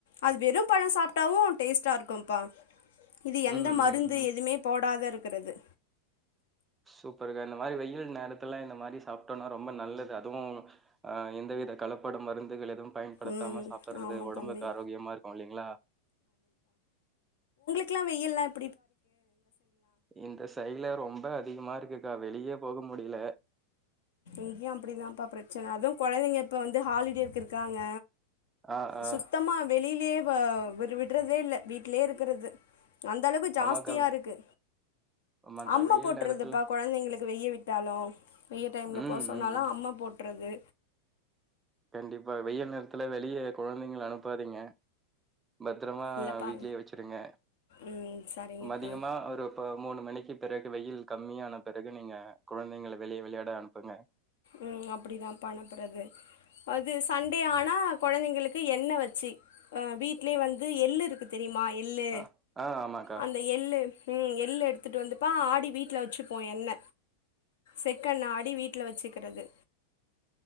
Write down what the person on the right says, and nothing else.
ம்,
ம், ம்.
சூப்பருக்கா இந்த மாதிரி வெயில் நேரத்துல இந்த மாதிரி சாப்பிட்டோம்னா ரொம்ப நல்லது அதுவும் ஆஹ் எந்த வித கலப்பட மருந்துகள் எதும் பயன்படுத்தாம
சாப்பிடடுறது
உடம்புக்கு
ஆரோக்கியமா இருக்கு இல்லிங்களா
இந்த சைல்ல ரொம்ப அதிகமா இருக்குக்கா வெளியேப் போக முடில
ஆ, ஆ.
ஆமாக்கா.
ஆமாக்கா
வெயில்
நேரத்துல
ம்,
ம்.
கண்டிப்பா வெயில் நேரத்துல வெளியே கொழந்தைங்கள அனுப்பாதீங்க பத்திரமா
வீட்லயே வச்சிருங்க
மதியமா ஒரு ப மூணு மணிக்கு பிறகு வெயில் கம்மியான பிறகு நீங்க குழந்தைங்கள வெளியே விளையாட அனுப்புங்க
அ, ஆ ஆமாக்கா.